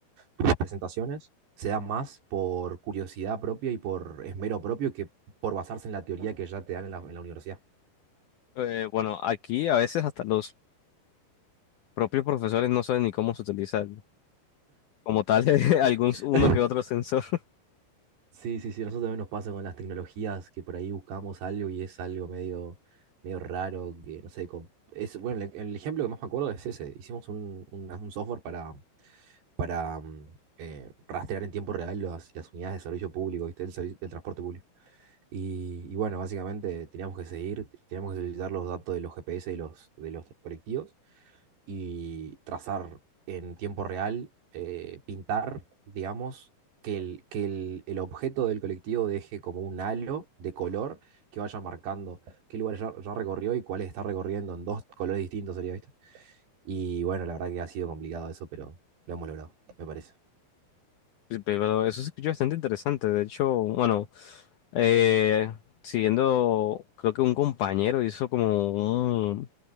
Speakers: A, on the right (about 80°); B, on the left (about 80°).
A: tus presentaciones se da más por curiosidad propia y por esmero propio que por basarse en la teoría que ya te dan en la, en la universidad.
B: Eh, bueno, aquí a veces hasta los propios profesores no saben ni cómo se utiliza el- como tal <laughs> algún uno
A: <laughs>
B: que otro sensor. <laughs>
A: Sí, sí, sí, nosotros también nos pasa con las tecnologías que por ahí buscamos algo y es algo medio, medio raro, que no sé, con- es, bueno, el, el ejemplo que más me acuerdo es ese, hicimos un, un- un software para, para mm, eh, rastrear en tiempo real las, las unidades de servicio público, ¿viste? Del, servi- del transporte público. Y, y bueno, básicamente teníamos que seguir, teníamos que utilizar los datos de los GPS y los, de los colectivos y trazar en tiempo real, eh, pintar, digamos, que, el, que el, el objeto del colectivo deje como un halo de color que vaya marcando qué lugares ya, ya recorrió y cuáles está recorriendo en dos colores distintos, sería, ¿viste? Y bueno, la verdad que ha sido complicado eso, pero lo hemos logrado, me parece.
B: Sí, Pero eso se escucha bastante interesante. De hecho, bueno, eh, siguiendo, creo que un compañero hizo como un